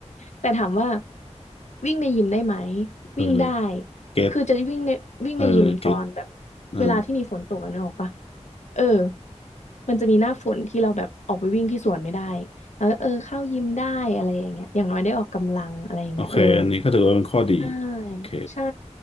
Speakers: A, on the left (about 70°); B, on the left (about 55°).
A: แต่ถามว่าวิ่งในยิมได้ไหม
B: เออ
A: วิ่งได้
B: เก็ต
A: คือจะวิ่งในวิ่งในยิมตอนแบบ
B: เออเก็ตอ่า
A: เวลาที่มีฝนตกอะนึกออกปะ เออมันจะมีหน้าฝนที่เราแบบออกไปวิ่งที่สวนไม่ได้แล้วเออเข้ายิมได้อะไรอย่างเงี้ยอย่างน้อยได้ออกกำลังอะไรอย่างเงี้ยเออ
B: โอเค อันนี้ก็ถือว่าเป็นข้อดี
A: ใช่
B: โอเค
A: ใช่